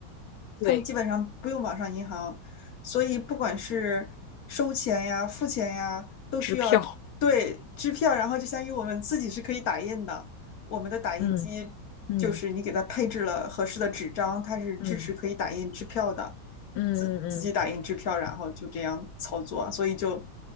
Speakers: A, on the left; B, on the left.
A: 对，
B: 他们基本上不用网上银行，所以不管是收钱呀、付钱呀，都需要对支票，
A: 支票，
B: 然后就相当于我们自己是可以打印的，我们的打印机就是你给它配置了合适的纸张，
A: 嗯嗯
B: 它是支持可以打印支票的，
A: 嗯嗯嗯嗯，
B: 自自己打印支票，然后就这样操作，所以就